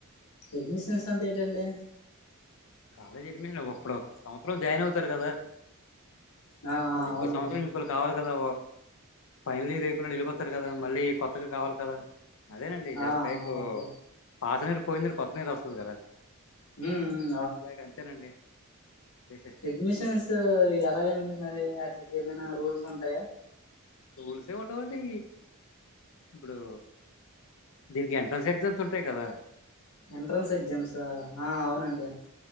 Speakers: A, on the left; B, on the left.
A: అడ్మిషన్స్ అంటే ఏంటండీ
B: కాలేజ్ ఎడ్మిషన్ ఒక్కడ సంవత్సరం జాయిన్ అవుతారు కదా
A: ఆ
B: మళ్ళీ
A: అవునవును
B: ఇంకో సంవత్సరం కావాలి కదా ఫైనలీయర్ అయిపోనోల్లు వేళ్ళిపోతారు కదా మళ్ళీ కొత్తగా కావాలి కదా అదేనండి జస్ట్
A: ఆ
B: లైక్
A: ఓకే
B: పాత నీరు పోయిందటే కొత్త నీరు వస్తుంది కదా
A: ఉం
B: జస్ట్ లైక్ అంతేనండి సిస్టమ్
A: అడ్మిషన్స్ ఎలాగండి మరి అట్లకి ఏమైనా రూల్స్ ఉంటాయా
B: టూల్సే ఉంటవుండి ఇప్పుడు దీనికి ఎంట్రన్స్ ఎగ్జమ్ ఉంటాయి కదా
A: ఎంట్రన్స్ ఎగ్జామ్స్ ఆ అవునండి